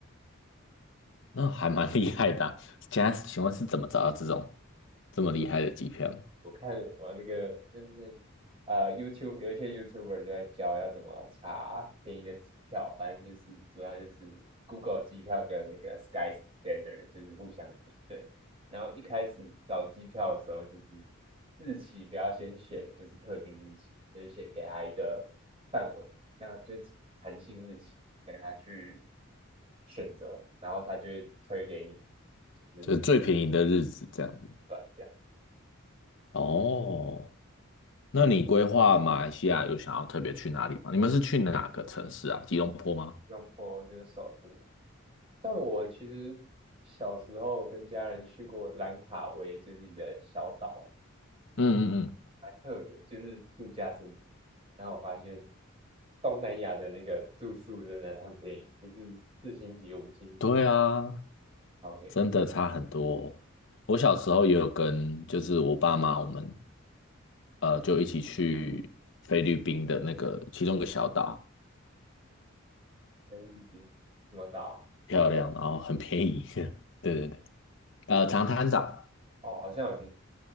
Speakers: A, on the left (about 60°); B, on the right (about 30°).
A: 那还蛮 <laughs> 厉害的啊现在请问是怎么找到这种这么厉害的机票呢
B: 我看我那个就是啊 y o u t u b e 有一些 YouTuber 就在教要怎么查便宜的机票，反正就是主要就是 Google 机票跟那个 Skyscanner 就是互相比对。然后一开始找机票的时候，就是日期不要先选，就是特定日期，就是先给他一个范围，那就是弹性日期给他去选择，然后他就会推给你，就是
A: 就是最便宜的日子这样子。
B: 短这样。
A: 哦，
B: 我
A: 那你规划马来西亚有想要特别去哪里吗？你们是去哪个城市啊？吉隆坡吗？
B: 用过就是首都。但我其实小时候跟家人去过兰卡威，就是一个小岛，
A: 嗯嗯嗯
B: 蛮特别，就是度假胜地。然后我发现东南亚的那个住宿真的很便宜，就是四星级、五星级，
A: 对啊，
B: 超便宜。
A: 真的差很多。我小时候也有跟，就是我爸妈，我们呃就一起去菲律宾的那个其中一个小岛，
B: 菲律宾什么岛
A: 漂亮，然后很便宜。<laughs> 对对对，呃，长滩岛，
B: 啊哦，好像有听，